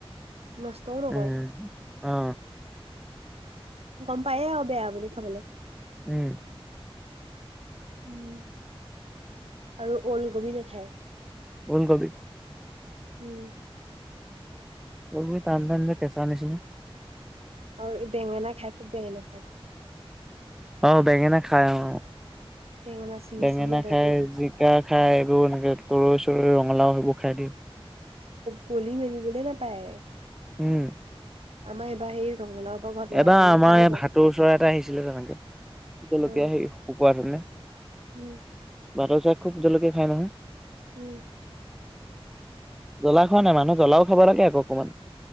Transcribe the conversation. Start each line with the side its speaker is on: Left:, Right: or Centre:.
Right: নষ্টও নকয়ে।
Centre: উম অ
Right: গম পায়ে আও বেয়া বুলি খাবলে।
Centre: উম,
Right: উম আৰু ওলকবি নেখায়।
Centre: ওল কবি
Right: উম,
Centre: ওল কবি টান টান যে কেচা নিচিনা।
Right: আৰু বেঙেনা খাইকো বেঙেনা খাই
Centre: অ বেঙেনা খাই অ
Right: বেঙেনা ছিঙি
Centre: বেঙেনা
Right: ছিঙি আদায়
Centre: খাই
Right: কৰি দিয়ে
Centre: জিকা খাই এইবোৰ এনেকে তৰৈ চৰৈ ৰঙালাও সেইবোৰ খাই দিয়ে
Right: কলি মেলিবলে নাপায়।
Centre: উম,
Right: আমাৰ এইবাৰ সেই ৰঙালাও পৰা ঘৰত লগা
Centre: এবাৰ
Right: ৰঙালাও
Centre: আমাৰ
Right: খালো
Centre: এই
Right: বাৰু
Centre: ভাটো চৰাই এটা আহিছিলে তেনেকে জলকীয়া
Right: অ
Centre: শুকোৱা তেনে
Right: উম।
Centre: ভাটৌ চৰাই খুব জলকীয়া খাই নহয়।
Right: উম'।
Centre: জলা খোৱা নাই? মানুহ জলাও খাব লাগে আক অকণমান।